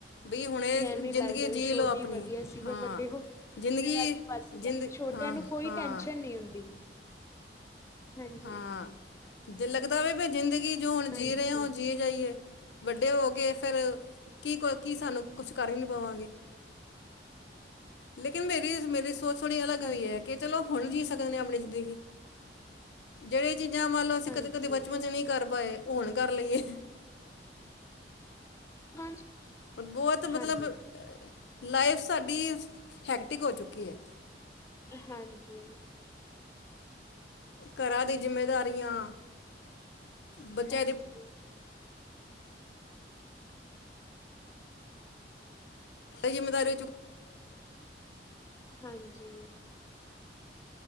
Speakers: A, on the left; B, on the left.
A: ਬਈ ਹੁਣੇ
B: ਤੇ
A: ਜ਼ਿੰਦਗੀ
B: ਐਵੇਂ ਲੱਗਦਾ
A: ਜੀ
B: ਵੀ ਛੋਟੇ
A: ਲਓ ਆਪਣੀ
B: ਵਧੀਆ ਸੀਗਾ,
A: ਹਾਂ
B: ਵੱਡੇ ਹੋ ਗਏ
A: ਜ਼ਿੰਦਗੀ
B: ਜਿੰਮੇਵਾਰੀਆਂ ਵੱਧ ਕਿਉਕੀ,
A: ਜ਼ਿੰਦ
B: ਛੋਟਿਆਂ
A: ਹਾਂ
B: ਨੂੰ ਕੋਈ
A: ਹਾਂ
B: ਟੈਨਸ਼ਨ ਨਈ ਹੁੰਦੀ। ਹਾਂਜੀ
A: ਹਾਂ, ਦਿਲ ਲੱਗਦਾ ਵੈ, ਬਈ ਜ਼ਿੰਦਗੀ ਜੋ ਹੁਣ ਜੀ
B: ਹਾਂਜੀ
A: ਰਹੇ ਆ ਓ ਜੀ ਸਈ-ਏ ਵੱਡੇ ਹੋ ਕੇ, ਫੇਰ ਕੀ? ਕੋ, ਕੀ ਸਾਨੂੰ ਕੁਛ ਕਰ ਵੀ ਪਾਵਾਂਗੇ। ਲੇਕਿਨ, ਮੇਰੀ- ਮੇਰੀ ਸੋਚ ਥੋੜ੍ਹੀ ਅਲੱਗ ਜੇਈ
B: ਹਾਂ
A: ਏ, ਕੇ‌ ਚਲੋ ਹੁਣ ਜੀਅ ਸਕਦੇ ਆ ਆਪਣੀ ਜ਼ਿੰਦਗੀ, ਜੇਹੜੇ ਚੀਜ਼ਾਂ ਮੰਨ ਲਓ ਅਸੀ
B: ਹਾਂਜੀ
A: ਕਦੇ-ਕਦੇ ਬਚਪਨ ਚ ਨੀ ਕਰ ਪਾਏ ਓ, ਹੁਣ ਕਰ ਲਈਏ,
B: ਹਾਂਜੀ।
A: ਹੁਣ ਬੋਤ ਮਤਲਬ,
B: ਹਾਂਜੀ
A: ਲਾਈਫ ਸਾਡੀ ਹੈਕਟਿਕ ਹੋ ਚੁੱਕੀ ਏ,
B: ਹਾਂਜੀ।
A: ਘਰਾਂ ਦੀ ਜਿੰਮੇਦਾਰੀਆਂ, ਬੱਚਿਆਂ
B: ਹਾਂਜੀ
A: ਦੀ ਜਿੰਮੇਦਾਰੀ ਚੁੱਕ
B: ਹਾਂਜੀ।